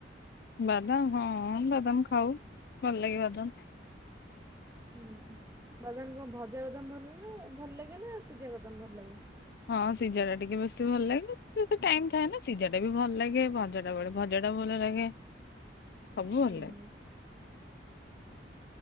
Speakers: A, on the left; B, on the right.
A: ବାଦାମ ହଁ ବାଦାମ ଖାଉ ଭଲ ଲାଗେ ବାଦାମ।
B: ହୁଁ ହୁଁ, ବାଦାମ କଣ ଭଜା ବାଦାମ ଭଲ ଭଲ ଲାଗେ ନା ସିଝା ବାଦାମ ଭଲ ଲାଗେ?
A: ହଁ ସିଝାଟା ଟିକେ ବେଶୀ ଭଲ ଲାଗେ, ଟାଇମ୍ ଥାଏ ନା ସିଝାଟା ବି ଭଲ ଲାଗେ ଭଜା ଭଜା ବେଳେ ଭଜାଟା ଭଲ ଲାଗେ, ସବୁ
B: ହୁଁ
A: ଭଲ ଲାଗେ।